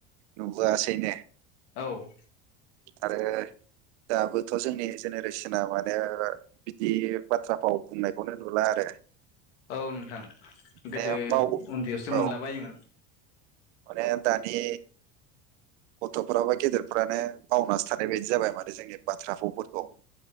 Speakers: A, on the right; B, on the left.
A: नुबोआसैनो।
B: औ।
A: आरो दाबोथ' जोंनि जेनेरेसना माने बिदि बाथ्रा फाव बुंनायखौनो नुला आरो।
B: औ नोंथां
A: माने
B: गोदो
A: बाव
B: उन्दैयावसो
A: औ
B: मोनलाबायोमोन।
A: माने दानि गथ'फोराबो गेदेरफ्रानो बावनासो थानाय बायदि जाबाय माने जोंनि बाथ्रा फावफोरखौ।